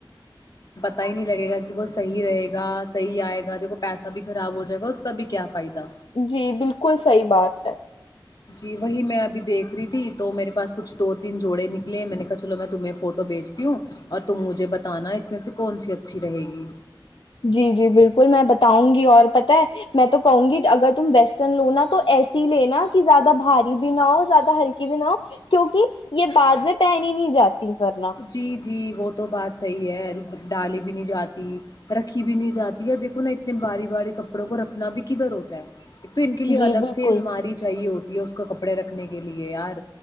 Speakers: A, on the left; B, on the left.
A: پتتا ہی نہیں لگے گا کہ وہ صحی رہے گا صحی آئے گا دیکھ کو پیسہ بھی خراب ہو جائے گا اس کا بھی کیا فائدہ
B: جی بالکل صحیح بات ہے
A: جی وہی میں ابھی دیکھ رہی تھی تو میرے پاس کچھ دو تین جوڑے نکلے ہیں میں نے کہا چلو میں تمہیں فوٹو بھیجتی ہوں اور تم مجھے بتانا اس میں سے کون سی اچھی رہے گی
B: جی جی بالکل میں بتاؤں گی اور پت ہے میں تو کہوں گی اگر تم ویسٹرن لوناا تو ایسی ہی لینا کہ زیادہ بھاری بھی نہ ہو زیادہ ہلکی بھی نہ ہو کیوںکہ یہ بعد میں پہن ہی نہیں جاتی ورنہ
A: جی جی وہ تو بات صحیح ہے ڈالی بھی نہیں جاتی رکھی بھی نہیں جاتی دیکھو نا اتنے باری باری کپڑوں کو رکھنا بھی کدھر ہوتا ہے ایک تو ان کے لیے
B: جی
A: الگ
B: بالکل
A: سے الماری چاہیے ہوتی <unintelligible> کپڑے رکھنے کے لیے یار